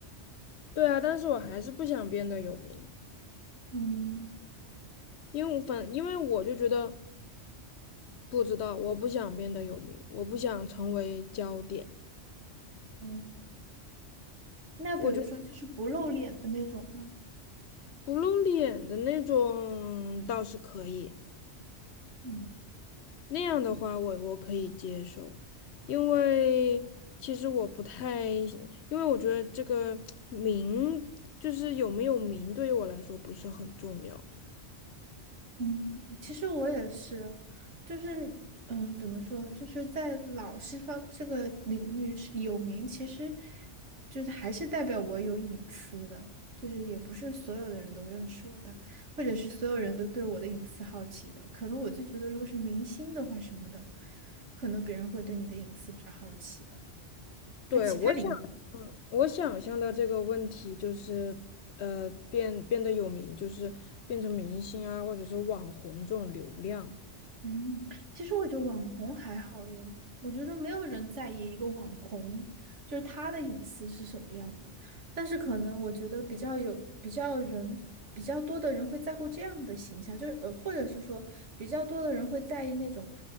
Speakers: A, on the left (about 70°); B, on the right (about 85°).
A: 对啊，但是我还是不想变得有名，
B: 嗯
A: 因为我反，因为我就觉得不知道，我不想变得有名，我不想成为焦点。
B: 嗯，那比如说就是不露脸的那种呢？
A: 我不露脸的那种倒是可以，
B: 嗯
A: 那样的话我我可以接受，因为其实我不太，因为我觉得这个名就是有没有名对于我来说不是很重要。
B: 嗯，其实我也是，就是嗯，怎么说，就是在老师方这个领域是有名，其实就是还是代表我有隐私的，就是也不是所有的人都认识我的，或者是所有人都对我的隐私好奇的。可能我就觉得，如果是明星的话什么的，可能别人会对你的隐私比较好奇吧。
A: 对，
B: 那其他领域。
A: 我想我想象的这个问题就是，呃，变变得有名，就是变成明星啊，或者是网红这种流量。
B: 嗯，其实我觉得网红还好耶，我觉得没有人在意一个网红，就是他的隐私是什么样的。但是可能我觉得比较有比较人比较多的人会在乎这样的形象，就是呃，或者是说比较多的人会在意那种，